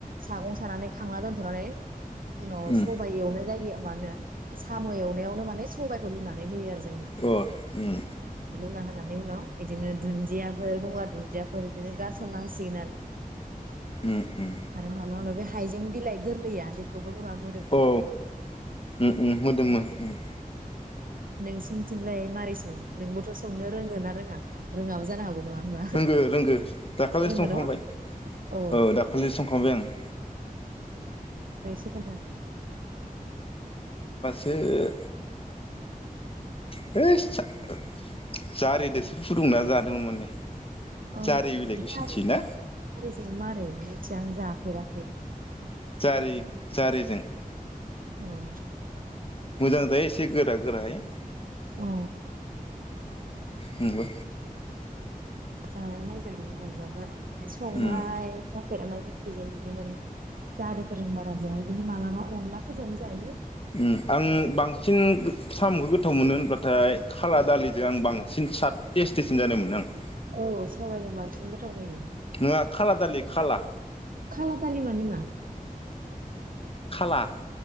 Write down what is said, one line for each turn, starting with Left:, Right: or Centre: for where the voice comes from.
Right: सागं सानानै खांना दोनथनानै उनाव
Left: उम
Right: सबाय एवनाय जायो मानो साम एवनायावनो माने सबाइखौ लुनानै होयो आरो जोंनिखिजाय
Left: अ उम
Right: लुना होनानै उनाव बिदिनो दुन्दियाफोर गंगार दुन्दियाफोर बिदिनो गारसनना होसिगोन
Left: उम उम
Right: आरो आरो मालाबा माबलाबा बे हाइजें बिलाइ गोरलैया बे <unintelligible>
Left: औ उम उम मोदोंमो उम ।
Right: नोंसिनिथिंलाय मारै सङो नोंबोथ' संनो रोङो ना रोङा रोङाबो जानो हागौ नङा होनबा
Left: रोंगो रोंगो दाखालिसो
Right: रोंगौ
Left: संखांबाय
Right: न' अ
Left: औ दाखालिसो संखांबाय आं ।
Right: <unintelligible> दासो
Left: बे <unintelligible> जारिदोसो फुदुंना जादोंमोन माने
Right: अ
Left: जारि बिलाइखौ
Right: जारिजों
Left: सिन्थियोना
Right: मारै मिथिया आं जा फेराखै
Left: जारि जारिजों
Right: औ
Left: मोजां जायो एसे गोरा गोरायै ।
Right: अ
Left: नोंबो
Right: जानायनायजागोन माब्लाबा संनाय
Left: उम
Right: जाफेराना खिजाय बिनो माने जारिफोरजों बारा जाया बिदिनो मालाबा अनलाफोरजों जायो ।
Left: ओम आं बांसिन गो साम'खौ गो थाव मोनो होनबाथाय खाला दालिदो आं बां सिन साथ थेस्टिसिन जानाय मोनो आं ।
Right: औ सबायजों बांसिन गोथाव जायो ।
Left: नङा खाला दालि खाला
Right: खाला दालि मानि मा
Left: खाला